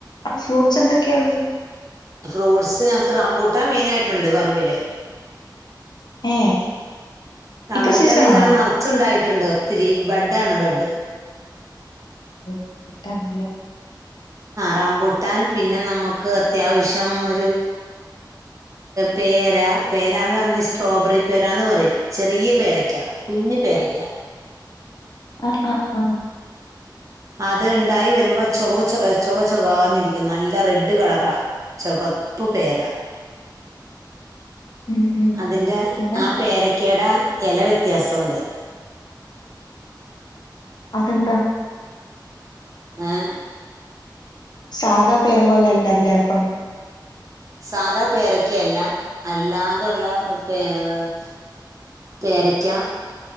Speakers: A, on the left (about 65°); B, on the right (about 45°).
A: അപ്പം ഫ്രൂട്സ് എന്തൊക്കെയാ ഉള്ളേ
B: ഫ്രൂട്ട്സ് ഞങ്ങക്ക് റമ്പൂട്ട മെയിനായിട്ടുണ്ട് പറമ്പില്
A: ഏ
B: റാമ്പൂട്ടാൻ
A: ഇപ്പൊ സീസണാണോ
B: ഇതവണ നേർച്ചുണ്ടായിട്ടുണ്ട് ഒത്തിരി ബഡാണ് ബഡ്
A: ഓ ബെഡ്ഡണല്ലേ
B: റംമ്പൂട്ടാൻ പിന്നെ നമുക്ക് അത്യാവശ്യം ഒരു പേര പേരന്ന് പറഞ്ഞ സ്ട്രോബെറി പേര എന്ന് പറയും ചെറിയ പേരക്കാ കുഞ്ഞു പേരയ്ക്ക
A: ആഹാ ആ ഹാ ആഹ്
B: അത് ഉണ്ടായി വരുമ്പോ ചോക് ചോ ചോക ചോകാന്നിരിക്കും നല്ല റെഡ് കളറാ ചോകപ്പ് പേര
A: ഉം ഉം
B: അതിന്റെ
A: പിന്നെ
B: ആ പേരക്കേടാ എല വ്യത്യാസൊണ്ട്
A: അതെന്താ
B: ഏഹ്
A: സാധാപെര പോലെല്ലല്ലേപ്പം
B: സാധാപേരക്കല്ല അല്ലാതുള്ള പേഏഹ് പേരയ്ക്ക